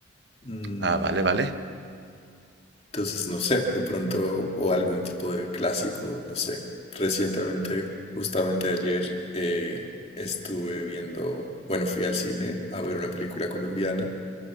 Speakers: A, on the left; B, on the right.
A: Mm,
B: Ah, vale, vale.
A: Entonces, no sé, de pronto, o algún tipo de clásico, no sé. Recientemente, justamente ayer, eh, estuve viendo, bueno, fui al cine a ver una película colombiana,